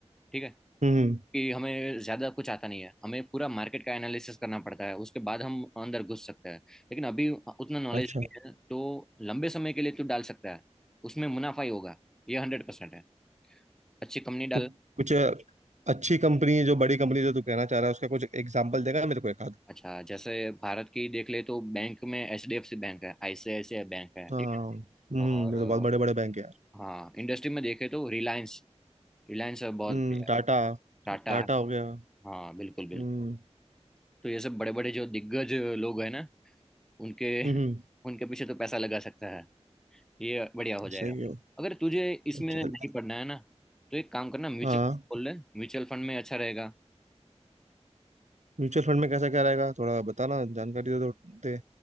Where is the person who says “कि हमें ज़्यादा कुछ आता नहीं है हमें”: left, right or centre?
Centre